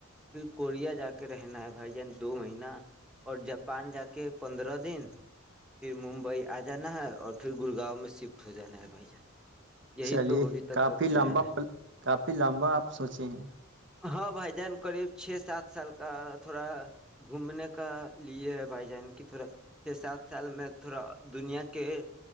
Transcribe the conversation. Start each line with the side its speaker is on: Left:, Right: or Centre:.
Centre: پھر کوریا جا کے۔ کے رہنا ہے بھائی جان دو مہینہ اور جاپان جا کے پندرہ دن پھر ممبئی آ جانا ہے اور پھر گڑگاؤں میں شفٹ ہو جانا ہے بھائی جان۔ یہی
Right: چلیے
Centre: تو ابھی تک
Right: کافی
Centre: کا پلان
Right: لمبا کافی لمبا آپ سوچے ہیں۔
Centre: ہاں بھائی جان قریب چھ سات سال۔ کا تھوڑا گھومنے کا لیے ہے بھائی جان کی تھوڑا چھ سات سال میں تھوڑا دنیا کے